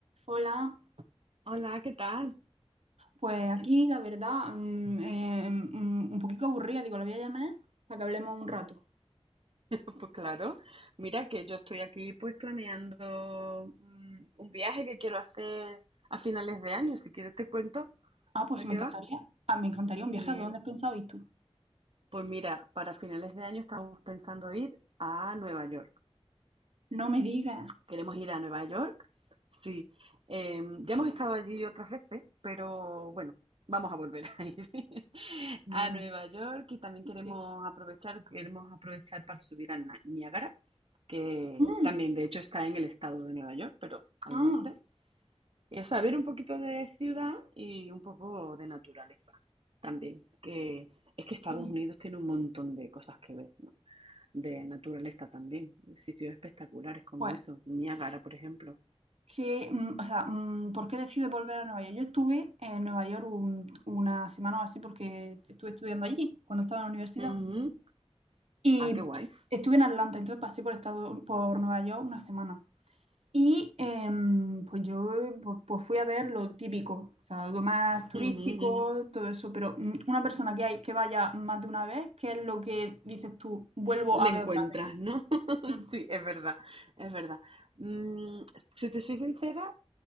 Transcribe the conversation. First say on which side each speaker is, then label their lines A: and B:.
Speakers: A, on the right; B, on the right.
A: Hola,
B: Hola, ¿qué tal?
A: pues aquí
B: <laughs>
A: la verdad, mm, eh, mm, un poquito aburrida, digo, la voy a llamar para que hablemos un rato.
B: Pues claro, mira que yo estoy aquí pues planeando mm, un viaje que quiero hacer a finales de año. Si quieres te cuento
A: Ah, pues
B: de
A: me
B: qué
A: encantaría,
B: va.
A: ah, me encantaría un viaje,
B: Mira,
A: ¿a dónde has pensado ir tú?
B: pues mira, para finales de año estamos pensando ir a Nueva York.
A: No me digas.
B: queremos ir a Nueva York. Sí, eh, ya hemos estado allí otras veces, pero bueno, vamos a volver a ir <laughs>
A: Mm,
B: a Nueva York y también
A: sí.
B: queremos aprovechar, queremos aprovechar para subir a Na- Niágara, que
A: Mm,
B: también de hecho está en el estado de Nueva York, pero al
A: ah,
B: norte. Y, o sea, ver un poquito de ciudad y un poco de naturaleza también, que es que Estados
A: sí.
B: Unidos tiene un montón de cosas que ver, ¿no? De naturaleza también, sitios espectaculares como
A: Pues,
B: eso, Niágara,
A: es
B: por ejemplo.
A: que, mm, o sea, mm, ¿por qué decides volver a Nueva York? Yo estuve en Nueva York un- una semana o así porque estuve estudiando allí cuando estaba en la universidad.
B: Ujú.
A: Y
B: Ah, qué guay.
A: estuve en Atlanta, entonces pasé por, estado, por Nueva York una semana. Y em, pues yo pues, pues fui a ver lo típico, o sea, lo más turístico,
B: Ujú, ujú.
A: todo eso, pero mm, una persona que, hay, que vaya más de una vez, ¿qué es lo que dices tú? Vuelvo
B: Le
A: a
B: encuentras,
A: ver otra
B: ¿no? <laughs>
A: vez. Mm.
B: Sí, es verdad, es verdad. Mm, si te soy sincera,